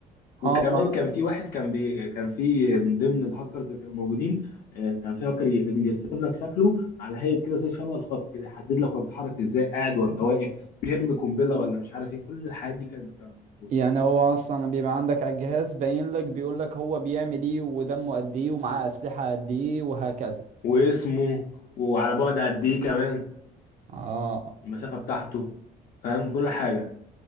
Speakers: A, on the left (about 60°); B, on the right (about 45°).
A: وكمان
B: اه ما
A: كان في واحد كان بي كان في من ضمن الهاكرز اللي كانوا موجودين آه، كان في هاكر ي- يرسم لك شكله على هيئه كده زي شبه الخط كده يحدد لك هو بيتحرك ازاي قاعد ولا واقف بيرمي قنبله ولا مش عارف ايه كل الحاجات دي كانت بتبقى موجوده
B: يعني هو اصلا بيبقى عندك على الجهاز باين لك بيقول لك هو بيعمل ايه ودمه قد ايه ومعاه اسلحة قد ايه وهكذا
A: واسمه وعلى بعد قد ايه كمان
B: اه
A: المسافه بتاعته فاهم كل حاجه